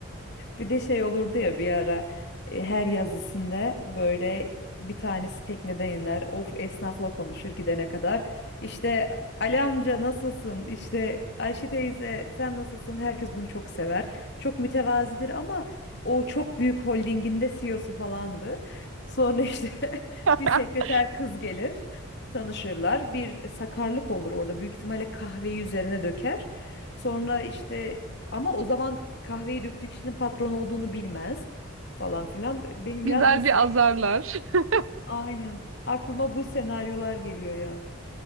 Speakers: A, on the left; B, on the right.
A: Bir de şey olurdu ya bir ara e, her yazısında böyle bir tanesi tekneden iner. Of esnafla konuşur gidene kadar. İşte Ali amca nasılsın? İşte Ayşe teyze sen nasılsın? Herkes bunu çok sever. Çok mütevazidir ama o çok büyük holdinginde CEO'su falandır. Sonra işte <laughs>
B: <laughs>
A: bir sekreter kız gelir. Tanışırlar. Bir sakarlık olur orada. Büyük ihtimalle kahveyi üzerine döker. Sonra işte ama o zaman kahveyi döktüğü kişinin patron olduğunu bilmez falan filan. Benim
B: Güzel
A: yaz dizisi
B: bir
A: değil.
B: azarlar. <laughs>
A: Aynen. Aklıma bu senaryolar geliyor ya.